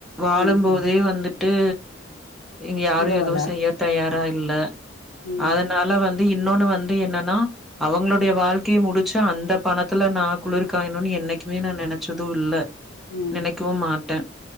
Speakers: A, in the centre; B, on the left.
A: வாழும்போதே
B: ம் ம்
A: வந்துட் ட்டு இங்க யாரு
B: உதவல
A: எதுவு செய்யத் தயாரா இல்ல
B: ம்
A: அதனால வந்து இன்னொனு வந்து என்னனா அவங்களுடைய வாழ்க்கைய முடிச்சு அந்தப் பணத்துல நா குளிர் காயணுன் என்னைக்குமே நா நெனச்சது இல்ல
B: ம்
A: நினைக்கவும் மாட்டே